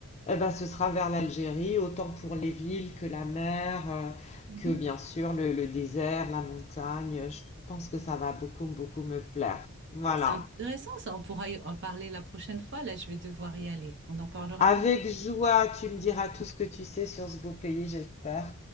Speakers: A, on the left; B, on the right.
A: eh ben, ce sera vers l'Algérie, autant pour les villes que la mer, euh,
B: mhm.
A: que bien sûr le, le désert, la montagne. Je pense que ça va beaucoup, beaucoup me plaire. Voilà.
B: Ah, c'est intéressant, ça. On pourra y en parler la prochaine fois. Là, je vais devoir y aller. On en parlera
A: Avec
B: plus.
A: joie, tu me diras tout ce que tu sais sur ce beau pays, j'espère.